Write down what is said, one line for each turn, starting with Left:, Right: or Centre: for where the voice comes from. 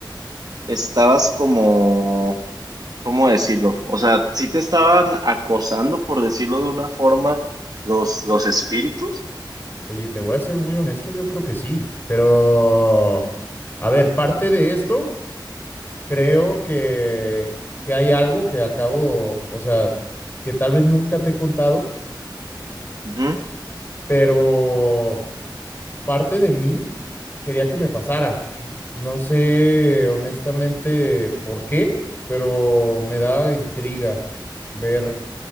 Right: estabas como, ¿cómo decirlo? O sea, ¿sí te estaban acosando, por decirlo de una forma, los, los espíritus?
Left: Oye, te voy a ser muy honesto, yo creo que sí, pero... A ver, parte de esto creo que, que hay algo que acabo, o sea, que tal vez nunca te he contado,
Right: Ujú,
Left: pero parte de mí quería que me pasara. No sé honestamente por qué, pero me da intriga ver